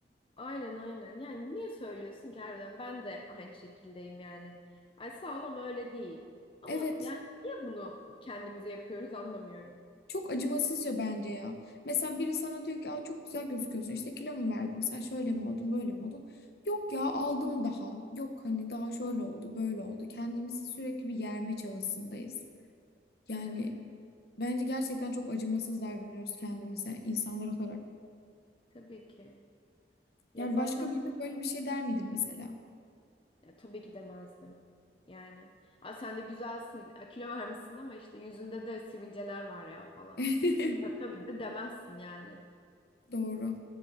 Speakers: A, on the left (about 30°); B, on the left (about 60°).
A: Aynen aynen. Yani niye söylüyorsun ki harbiden? Ben de aynı şekildeyim yani. Ay sağ ol ama öyle değil. Ama
B: Evet
A: yani niye bunu kendimize yapıyoruz anlamıyorum.
B: Çok acımasızca bence ya. Mesela biri sana diyor ki Aa, çok güzel gözüküyorsun. İşte kilo mu verdin? Sen şöyle mi oldun, böyle mi oldun? Yok ya aldım daha. Yok hani daha şöyle oldu, böyle oldu. Kendimizi sürekli bir yerme çabasındayız. Yani
A: Evet
B: bence gerçekten çok acımasız davranıyoruz kendimize insanlar olarak.
A: tabii ki. Ya
B: Yani
A: zaten
B: başka birine böyle bir şey der miydin mesela?
A: ya tabii ki demezdim. Yani. Aa, sen de güzelsin. ya Kilo vermişsin ama işte yüzünde de sivilceler var ya falan.
B: <laughs>
A: Ya, tabii ki de demezsin yani.
B: Doğru.